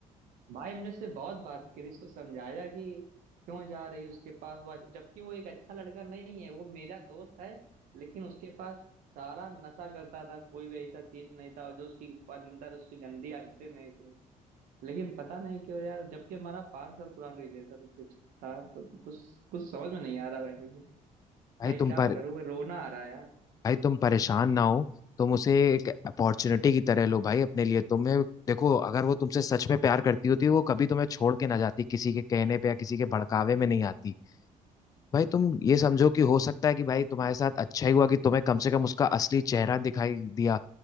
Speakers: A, on the right; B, on the left.
A: भाई हमने उससे बहुत बात करी उसको समझाया कि क्यों जा रही है उसके पास वो जबकि वो एक अच्छा लड़का नहीं है वो मेरा दोस्त है लेकिन उसके पास सारा नशा करता था कोई भी ऐसा चीज नहीं था और जो उसकी अंदर उसकी गंदी आदतें नहीं थी लेकिन पता नहीं क्यों यार जबकि हमारा पांच साल पुराना रिलेशनशिप था कुछ कुछ कुछ समझ में नहीं आ रहा भाई मुझे
B: भाई
A: मैं
B: तुम
A: क्या
B: पर
A: करूँ रोना आ रहा है
B: भाई तुम परेशान ना हो तुम उसे एक अपॉर्चुनिटी की तरह लो भाई अपने लिए तुम्हें देखो अगर वो तुमसे सच में प्यार करती होती वो कभी तुम्हें छोड़ के ना जाती किसी के कहने पे या किसी के भड़कावे में नहीं आती भाई तुम ये समझो कि हो सकता है कि भाई तुम्हारे साथ अच्छा ही हुआ कि तुम्हें कम से कम उसका असली चेहरा दिखाई दिया